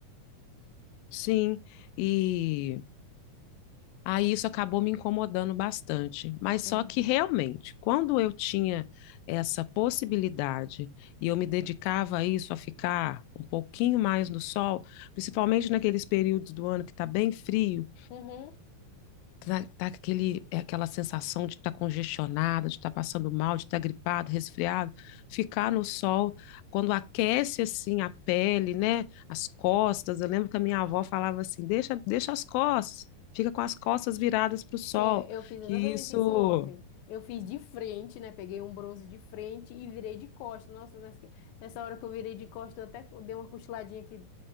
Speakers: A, on the left; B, on the left.
A: Sim, e Aí isso acabou me incomodando bastante. Mas só
B: Uhum.
A: que realmente, quando eu tinha essa possibilidade e eu me dedicava a isso, a ficar um pouquinho mais no sol, principalmente naqueles períodos do ano que está bem frio,
B: Uhum.
A: tá, tá aquele, é aquela sensação de estar tá congestionada, de estar tá passando mal, de estar tá gripado, resfriado, ficar no sol, quando aquece assim a pele, né, as costas, eu lembro que a minha avó falava assim, deixa, deixa as costas, fica com as costas viradas para o sol,
B: É, eu fiz
A: que
B: exatamente
A: isso,
B: isso ontem. Eu fiz de frente, né? Peguei um bronze de frente e virei de costas. Nossa, nessa, nessa hora que eu virei de costas, eu até dei uma cochiladinha que